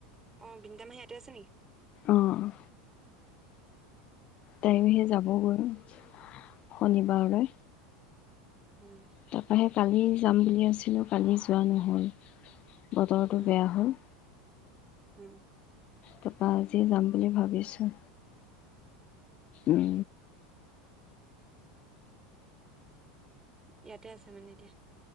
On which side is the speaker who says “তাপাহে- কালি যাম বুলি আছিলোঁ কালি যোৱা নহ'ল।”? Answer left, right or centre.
Left